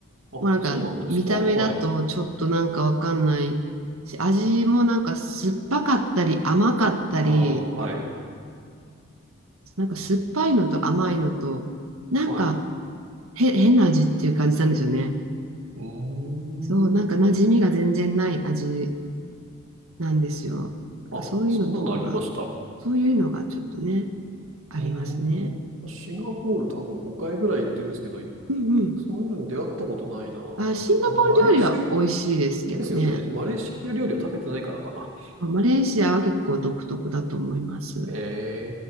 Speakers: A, on the right; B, on the right.
A: あ、
B: もうなんか見た目だとちょっとなんかわかんないし、
A: そうなんですか。はい。
B: 味もなんか酸っぱかったり甘かったり、
A: ああ、はい、
B: なんか酸っぱいのと甘いのと、なんか
A: はい。
B: へ変な味っていう感じなんですよね。
A: うーん。
B: そう、なんか馴染みが全然ない味なんですよ。なんかそういうのとかが、
A: あ、そんなのありました。う
B: そういうのがちょっとね、ありますね。
A: ーん。シンガポール多分5回ぐらい行ってるんですけど、い
B: うんうん。
A: そういうのに出会ったことないな。
B: あ、シンガポール料理は美味しいですけどね。
A: てま、マレーシアですよね。マレーシア料理を食べてないからかな。
B: うん、マレーシアは結構独特だと思います。
A: え